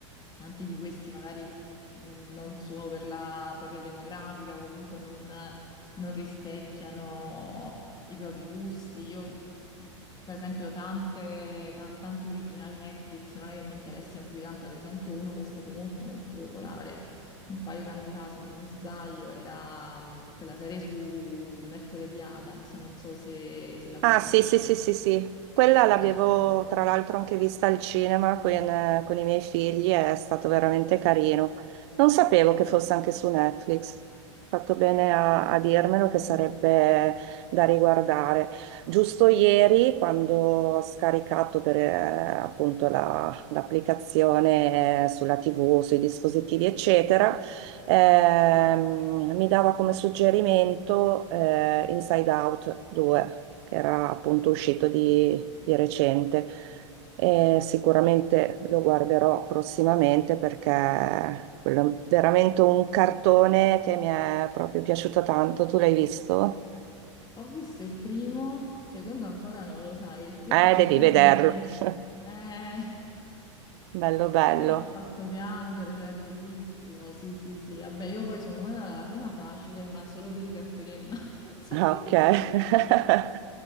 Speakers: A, on the left; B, on the right.
A: Tanti di questi magari mh, non sono per la propria demografica o comunque non, non rispecchiano i propri gusti. Io, mh, per esempio, tante, ta- tanti originali Netflix non è che mi interessino più di tanto, ad esempio uno che è stato molto molto popolare un paio d'anni fa, se non mi sbaglio, era mh, quella serie su Mercoledì Adams, non so se, se la conosci.
B: Ah, sì, sì, sì, sì, sì. Quella l'avevo
A: Eh,
B: tra l'altro anche vista al cinema con, eh, con i miei figli, è stato veramente carino. Non sapevo che fosse anche su Netflix. Hai Fatto bene a, a dirmelo che sarebbe da riguardare. Giusto ieri, quando ho scaricato per, eh, appunto la- l'applicazione eh, sulla TV, sui dispositivi, eccetera, ehm, mi dava come suggerimento eh, Inside Out 2 che era appunto uscito di, di recente. E sicuramente lo guarderò prossimamente perché quello è veramente un cartone che mi è proprio piaciuto tanto. Tu l'hai visto?
A: Ho visto il primo, il secondo ancora non lo sai, il primo
B: Eh,
A: anche
B: devi
A: a
B: vederlo.
A: me.
B: <laughs>
A: Eh, il
B: Bello, bello.
A: primo mi ha fatto piangere, cioè è bellissimo, sì, sì, sì. Vabbè, io poi sono una della prima facile, ma solo per i cartoni animati, <laughs> non so
B: Ah,
A: perché.
B: Ok, <laughs>